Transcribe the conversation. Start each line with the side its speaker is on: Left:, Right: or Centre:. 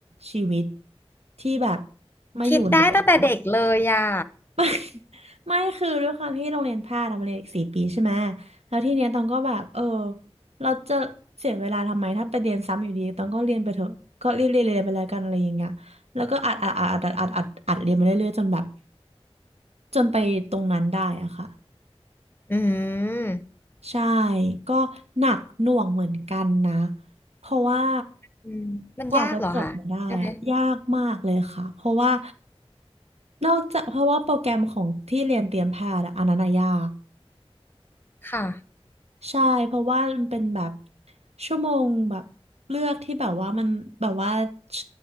Right: ชีวิตที่แบบมาอยู่ในตรงนี้
Left: คิดได้ตั้งแต่เด็กเลยอ่ะ
Right: <laughs> ไม่คือด้วยความที่โรงเรียนแพทย์อะมันเรียนอีกสี่ปีใช่ไหมแล้วทีเนี้ยตองก็แบบเออเราจะเสียเวลาทำไมถ้าไปเรียนซ้ำอยู่ดีตองก็เรียนไปเถอะก็รีบเรียนเรียนไปแล้วกันอะไรอย่างเงี้ยแล้วก็อัดอัดอัดอัดอัดอัดอัดเรียนมาเรื่อยๆจนแบบจนไปตรงนั้นได้อะค่ะ
Left: อืม
Right: ใช่ก็หนักหน่วงเหมือนกันนะเพราะว่า
Left: อืมมันยากเหรอคะใช่ไหม
Right: กว่าจะจบมาได้อะยากมากเลยค่ะเพราะว่านอกจากเพราะว่าโปรแกรมของที่เรียนเตรียมแพทย์อะอันนั้นอะยาก
Left: ค่ะ
Right: ใช่เพราะว่ามันเป็นแบบชั่วโมงแบบเลือกที่แบบว่ามันแบบว่าช